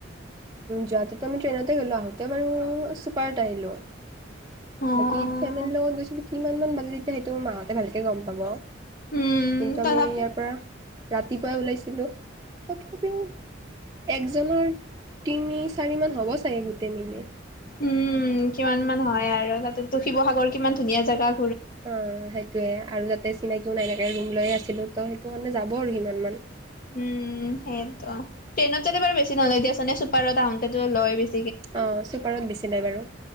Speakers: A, on the right; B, on the left.
A: যোৱা তেতো আমি ট্ৰেইনতে গ'লো আহোতে বাৰু ছুপাৰত আহিলো।
B: অ',
A: বাকী ফেমিলিৰ লগত গৈছিলো কিমান মান বাজে তেতিয়া সেইটো মাহঁতে ভালকে গম পাব।
B: উম,
A: কিন্তু আমি
B: তথাপিও
A: ইয়াৰ পৰা ৰাতিপুৱাই ওলাইছিলো তথাপিও একজনৰ তিনি চাৰি মান হ'ব চাগে গোটেই মিলি
B: উম কিমান মান হয় আৰু তাতেো শিৱসাগৰ কিমান ধুনীয়া জাগা
A: অ সেইটোয়ে আৰু তাতে চিনাকিও নাইথাকে ৰুম লৈে আছিলো তো সেইটো কাৰণে যাব আৰু সিমানমান
B: উম সেইটো ট্ৰেইনত যাতে বাৰু বেছি নললে দি আছ নে চুপাৰৰ তটাউনতেো লয় বেছি।
A: অ চুপাৰত বেছি নাই বাৰু।